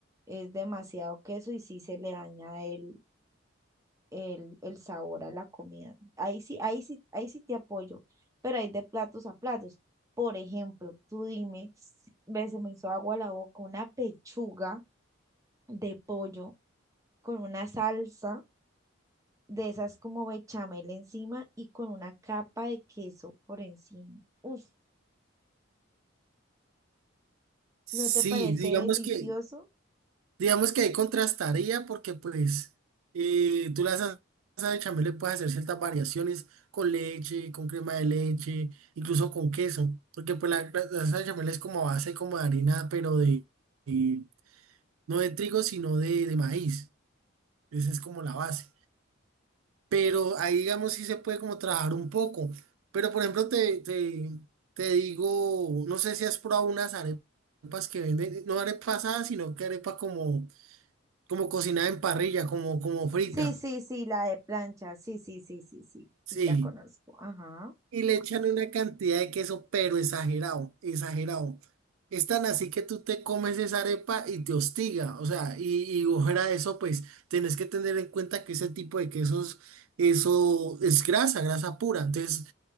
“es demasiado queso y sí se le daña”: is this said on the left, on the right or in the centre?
Right